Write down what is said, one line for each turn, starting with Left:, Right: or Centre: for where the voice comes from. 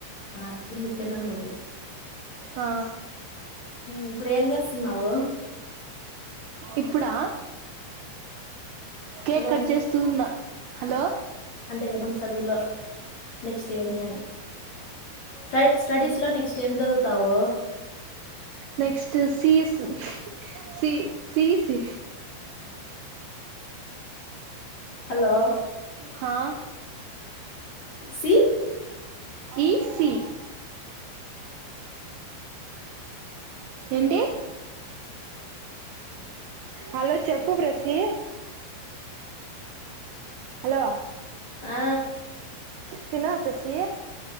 Left: ఆ తిను తిను నువ్వు
Right: ఆ
Left: ఇప్పుడు ఏం చేస్తున్నావు
Right: ఇప్పుడా కేక్
Left: హలో
Right: కట్ చేస్తూ ఉన్నా హలో
Left: అంటే ఏమన్నా చదువులో నెక్స్ట్ ఏమి అని స్ట స్టడీస్ లో నెక్స్ట్ ్ఏం చదువుతావు
Right: next C S C C C
Left: hello
Right: హా
Left: సి
Right: ఈ సి ఏంటి హలో చెప్పు ప్రెసి హలో
Left: ఆ
Right: తిన్నావా ప్రెసి